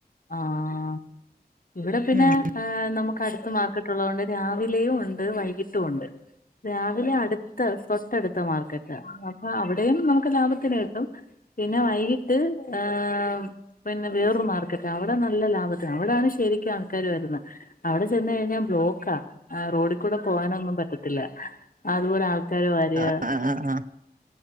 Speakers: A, on the left; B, on the right.
A: ആഹ് ഇവിടെ പിന്നെ.
B: ഉം
A: ആഹ് നമുക്ക് അടുത്ത മാർക്കറ്റ് ഉള്ളതുകൊണ്ട് രാവിലെയും ഉണ്ട് വൈകിട്ടും ഉണ്ട്. രാവിലെ അടുത്ത് തൊട്ടടുത്ത് മാർക്കറ്റാ. അപ്പൊ അവിടെയും നമുക്ക് ലാഭത്തിന് കിട്ടും, പിന്നെ വൈകിട്ട് ഏഹ്. പിന്നെ വേറൊരു മാർക്കറ്റ് അവിടെ നല്ല ലാഭത്തിൽ ആണ്, അവിടെയാണ് ശരിക്കും ആൾക്കാർ വരുന്നത്. അവിടെ ചെന്ന് കഴിഞ്ഞാൽ ബ്ലോക്കാ ആഹ് റോഡിൽ കൂടെ പോകാന് ഒന്നും പറ്റി ത്തില്ല അതുപോലെ ആൾക്കാര് വരിക.
B: ആഹ് ആഹ് ആഹ്